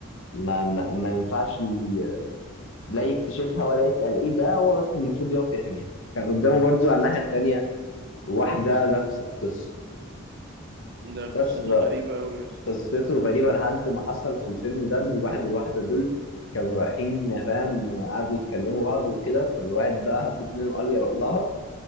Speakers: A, on the left; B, on the right.
A: ما ما, ما ينفعش ي- لا يكتشفها ولا يسأل ايه ده هو بس المفروض يقف يحميها كان قدامه برضو على الناحية التانية واحدة نفس القصة
B: ده
A: بس
B: قصته
A: بقى
B: غريبة أوي يا اسطى
A: قصته غريبة لحد ما حصل في الفيلم ده ان الواحد والواحدة دول كانوا رايحين فاهم قعدوا يتكلموا بعض وكده فالواحد بقى هب منه وقال يروح لها